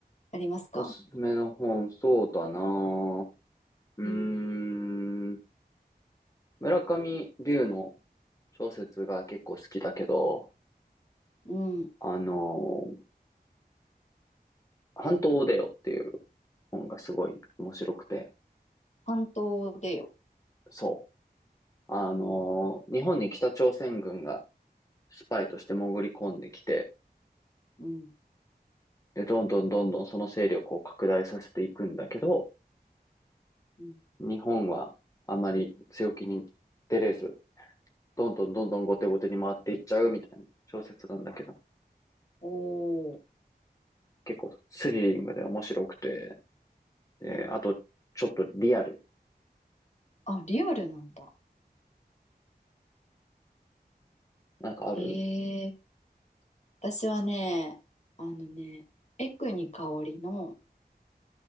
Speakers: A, on the left (about 45°); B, on the left (about 20°).
A: ありますか
B: おすすめの本、そうだなぁうーん、
A: うん。
B: 村上龍の小説が結構好きだけど、
A: うん。
B: あのー、半島を出よっていう本がすごい面白くて、
A: 半島でよ。
B: そう。あのー、
A: おう。
B: 日本に北朝鮮軍がスパイとして潜り込んできて、
A: うん。
B: で、どんどんどんどんその勢力を拡大させていくんだけど、
A: うん。
B: 日本はあまり強気に出れず、どんどんどんどん後手後手に回っていっちゃうみたいな小説なんだけど、
A: うんおー。
B: 結構スリリングで面白くて、で、
A: うん。
B: あと、ちょっとリアル。
A: あ、リアルなんだ。
B: なんかある
A: へえ。私はね、あのね、エクニカオリの